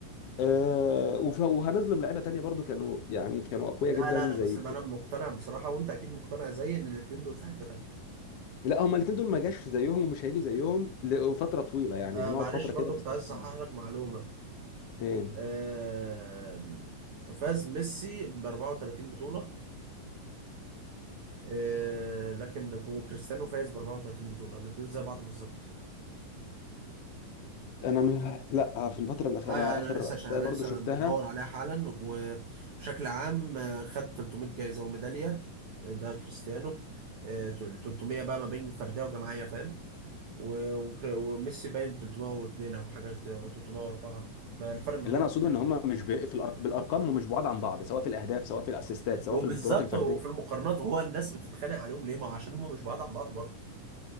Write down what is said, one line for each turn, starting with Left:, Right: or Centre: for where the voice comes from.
Left: آه، وف- وهنظلم لعيبة تانية برضو كانوا يعني كانوا أقوياء
Right: لا
Left: جدا
Right: لا لا
Left: زي
Right: بس انا مقتنع بصراحه وانت اكيد مقتنع زيي ان الاثنين دول في حته تانيه
Left: لا هما الاتنين دول ما جاش زيهم ومش هيجي زيهم لفترة طويلة يعني
Right: آه
Left: هنقعد
Right: معلش
Left: فترة
Right: برضو
Left: كده مستنيين
Right: كنت عايز اصحح لك معلومه
Left: ايه
Right: آه فاز ميسي ب 34 بطوله آه، لكن وكريستيانو فايز ب 34 بطولة الاتنين زي بعض بالظبط
Left: انا م... لا في الفتره الاخيره
Right: اه
Left: انا
Right: يعني
Left: اخر
Right: انا لسه عشان
Left: احصائيه
Right: انا
Left: برضو
Right: لسه
Left: شفتها
Right: مدور عليها حالا وبشكل عام آه، خد 300 جايزة وميدالية آه، ده كريستيانو آه، 300 بقى ما بين فردية وجماعية فاهم و- وكري- وميسي باين 302 او حاجة كده او 304 ما الفرق ما
Left: اللي
Right: بينهم
Left: انا اقصده
Right: بسيط
Left: ان هم
Right: يعني.
Left: مش ب... في الأر... بالارقام ومش بعاد عن بعض سواء في الاهداف سواء في الاسيستات سواء
Right: وبالظبط
Left: في البطولات الفرديه
Right: وفي المقارنات هو الناس بتتخانق عليهم ليه ما عشان هم مش بعاد عن بعض برضه